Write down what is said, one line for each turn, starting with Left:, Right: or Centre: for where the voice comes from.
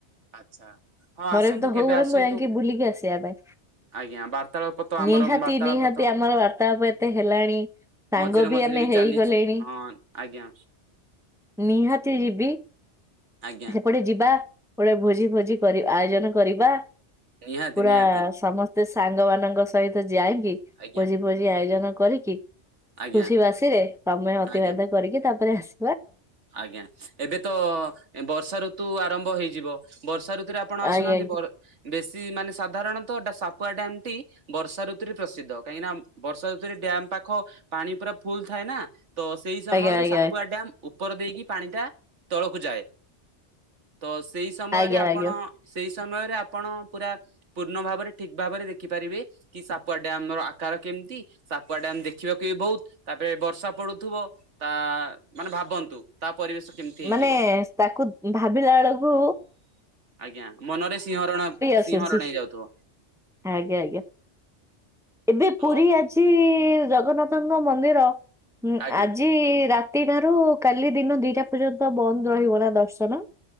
Right: ଆଚ୍ଛା ହଁ
Centre: ଥରେ
Right: ଆସନ୍ତୁ
Centre: ବି ତ ହଉ
Right: କେବେ ଆସନ୍ତୁ
Centre: ଯାଇକି ବୁଲିକି ଆସିବା ପାଇଁ।
Right: ଆଜ୍ଞା ବାର୍ତ୍ତାଳାପ ତ ଆମର
Centre: ନିହାତି
Right: ବାର୍ତ୍ତାଳାପ
Centre: ନିହାତି
Right: ତ
Centre: ଆମର ବାର୍ତାଳାପ ଏତେ ହେଲାଣି ସାଙ୍ଗ
Right: ମଝିରେ
Centre: ବି
Right: ମଝିରେ
Centre: ଆମେ ହେଇଗଲେଣି।
Right: ଚାଲିଛି ହଁ ଆଜ୍ଞା
Centre: ନିହାତି ଯିବି। ବି
Right: ଆଜ୍ଞା
Centre: ହେପଟେ ଯିବା ଗୋଟେ ଭୋଜି ଫୋଜି ଆୟୋଜନ କରିବା।
Right: ନିହାତି
Centre: ପୁରା
Right: ନିହାତି
Centre: ସମସ୍ତେ ସାଙ୍ଗ ମାନଙ୍କ ସହିତ ଯାଇଁକି
Right: ଆଜ୍ଞା
Centre: ଭୋଜି ଫୋଜି ଆୟୋଜନ କରିକି
Right: ଆଜ୍ଞା
Centre: ଖୁସି ବାସିରେ ସମୟ ଅତିବାହିତ
Right: ଆଜ୍ଞା
Centre: କରିକି ତାପରେ ଆସ
Right: ଆଜ୍ଞା ଏବେ ତ ବର୍ଷାଋତୁ ଆରମ୍ଭ ହୋଇଯିବ ବର୍ଷା ଋତୁ ରେ ଆପଣ ଆସୁନାହାନ୍ତି
Centre: ଆଜ୍ଞା
Right: ବର ବେଶୀ ମାନେ ସାଧାରଣତ ସାପୁଆ ଡ୍ୟାମଟି ବର୍ଷାଋୁରେ ପ୍ରସିଦ୍ଧ କାହିଁକି ବର୍ଷାଋତୁରେ ଡ୍ୟାମ ପାଖ ପାଣି ପୁରା ଫୁଲ ଥାଏ ନା ତ ସେଇ ସମୟରେ
Centre: ଆଜ୍ଞା ଆଜ୍ଞା ଆଜ୍ଞା
Right: ସାପୁଆ ଡ୍ୟାମ ଉପର ଦେଇକି ପାଣିଟା ତଳକୁ ଯାଏ। ତ ସେଇ
Centre: ଆଜ୍ଞା।
Right: ସମୟରେ ଆପଣ
Centre: ଆଜ୍ଞା
Right: ସେଇ ସମୟରେ ଆପଣ ପୁରା ପୂର୍ଣ୍ଣ ଭାବରେ ଠିକ ଭାବରେ ଦେଖିପାରିବେ କି ସାପୁଆ ଡାମର ଆକାର କେମ ତି ସାପୁଆ ଡାମ ଦେଖିବାକୁ ବହୁତ ତାପରେ ବର୍ଷା ପଡୁଥିବ ତା ମାନେ ଭାବ ବନ୍ତୁ ତା ପରିବେଶ କେମିତି ହେଇଥିବ
Centre: ମାନେ ତାକୁ ଭାବିଲା ଳକୁ
Right: ଆଜ୍ଞା ମନରେ ସିଂହରଣ ସିଂହରଣ
Centre: ଆସୁଛି
Right: ହେଇଯାଉଥିବ।
Centre: ଆଜ୍ଞା ଆଜ୍ଞା। ଏବେ
Right: ତ
Centre: ପୁରୀ ଆଜି ଜଗନ୍ନାଥଙ୍କ ମନ୍ଦିର ମଁ
Right: ଆଜ୍ଞା
Centre: ଆଜି ରା ରାତିଠାରୁ କାଲି ଦିନ ଦିଟା ପର୍ଯ୍ୟନ୍ତ ବନ୍ଦ ରହିବ ନା ଦର୍ଶନ?